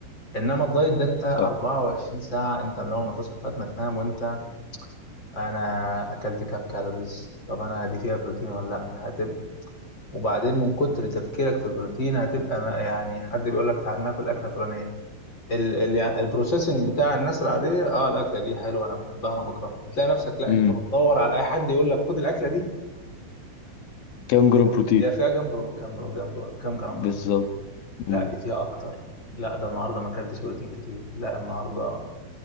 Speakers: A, on the left; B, on the left.
A: انما الدايت ده انت 24
B: صح
A: ساعة انت من اول ما تصحى لغاية ما تنام وانت انا اكلت كام كالوريز طب انا دي فيها بروتين ولا لا هتبقى وبعدين من كتر تفكيرك في البروتين هتبقى ما- يعني حد بيقول لك تعال ناكل اكله فلانيه ال ال يعني البروسيسنج بتاع الناس العاديه اه الاكله دي حلوه انا بحبها انا بكرهها هتلاقي نفسك لا
B: امم
A: انت بتدور على اي حد يقول لك خد الاكله دي هي
B: كام جرام بروتين
A: هي فيها جنب برو- كم جنب كم جرام
B: بالظبط
A: بروتين لا
B: امم
A: دي فيها اكتر لا ده النهارده ما اكلتش بروتين كتير لا النهارده